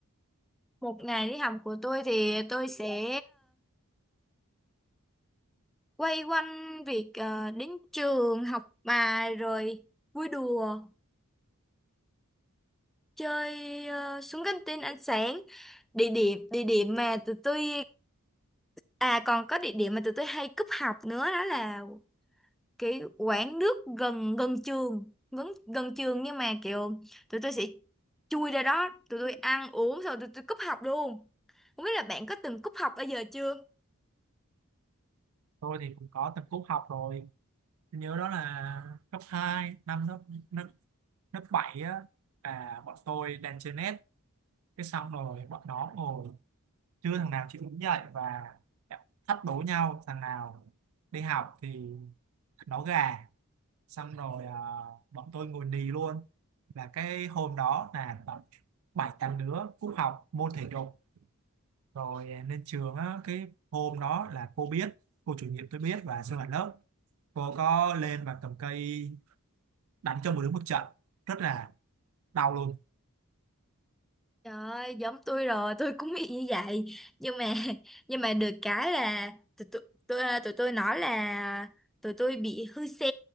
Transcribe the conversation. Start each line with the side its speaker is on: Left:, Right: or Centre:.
Centre: Một ngày đi học của tôi thì tôi sẽ quay quanh việc ờ, đến trường học bài rồi vui đùa chơi ờ, xuống căng tin ăn sáng địa điểm địa điểm mà tụi tôi à còn có địa điểm mà tụi tôi hay cúp học nữa đó là cái quán nước gần gần trường gần gần trường nhưng mà kiểu tụi tôi sẽ chui ra đó tụi tôi ăn uống xong tụi tôi cúp học luôn không biết là bạn có từng cúp học bao giờ chưa
Right: tôi thì cũng có tập cúp học rồi Tôi nhớ đó là cấp hai năm lớp lớp, lớp 7 á và bọn tôi đang chơi net cái xong rồi bọn nó ngồi chưa thằng nào chịu đứng dậy và thách đố nhau thằng nào đi học thì nó gà xong rồi à, bọn tôi ngồi nì luôn là cái hôm đó là tầm bảy tám đứa cúp học môn thể dục rồi lên trường á, cái hôm đó là cô biết cô chủ nhiệm tôi biết và sinh hoạt lớp cô có lên và cầm cây đánh cho một đứa một trận rất là đau luôn
Centre: Trời ơi, giống tôi rồi, tôi cũng bị như vậy. Nhưng mà <laughs> nhưng mà được cái là tụi tôi tụi, tụi tôi nói là tụi tôi bị hư xe,